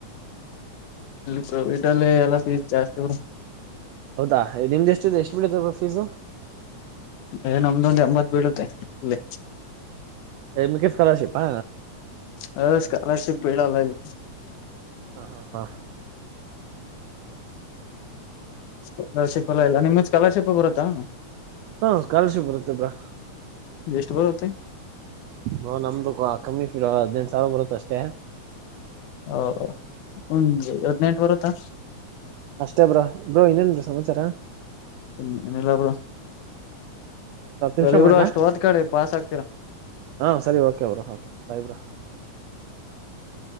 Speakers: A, on the left; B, on the right.
A: ಫೆವಿಟಲ್ಲಿ ಪ್ಲೀಸ್ ಜಾಸ್ತಿ ಮೇಡಂ
B: ಹೌದಾ ನಿಮ್ದ ಎಷ್ಟಿದೆ ಎಷ್ಟು ಬಿಡತಪ್ಪ ಫೀಸು
A: ನ್ ನಮ್ದ ಒಂದ್ ಎಂಬತ್ ಬೀಳುತ್ತೆ ಇ
B: ಮಿಕ್ಕಿದ್ದು ಸ್ಕಾಲರ್ಶಿಪ್ಪ
A: ಹ ಸ್ಕಾಲರ್ಷಿಪ್ ಬಿಡಲ್ಲ ಇ
B: ಹಾ ಹಾ ಹಾ ಓಕೆ ಓಕೆ
A: ಸ್ಕಾಲರ್ಶಿಪ್ ಎಲ್ಲ ಇಲ್ಲ ನಿಮ್ದ ಸ್ಕಾಲರ್ಶಿಪ್ ಬರುತ್ತಾ
B: ಹಾ ಸ್ಕಾಲರ್ಶಿಪ್ ಬರುತ್ತೆಬ್ರಾ
A: ಎಷ್ಟು ಬರುತ್ತೆ
B: ಹ ನಮ್ದುಕ ಕಮ್ಮಿ ಫೀ ಹದ್ನನೇಂಟು ಸಾವಿರ ಬರುತ್ತ ಅಷ್ಟೇ
A: ಹ ಒಂದು
B: ಹಾ
A: ಹದ್ನೆಂಟು ವರುತ್ತಾ
B: ಅಷ್ಟೇ ಬ್ರಾ ಬ್ರೋ ಇನ್ನೇನ್ ಸಮಾಚಾರ
A: ಹ್ಮ ಅನಲ್ಲರ
B: ಒಂದ್ ಹತ್ತು
A: ಸರಿ
B: ನಿಮಿಷ
A: ಬ್ರೋ
B: ಮಾಡ್ಲಾ
A: ಅಷ್ಟು ಹೊತ್ ಕಡೆ ಪಾಸ್ ಆಕ್ತೀರಾ
B: ಹಾ ಸರಿ ಓಕೆ ಬ್ರಾ ಓಕೆ ಬಾಯ್ ಬ್ರಾ
A: ಹ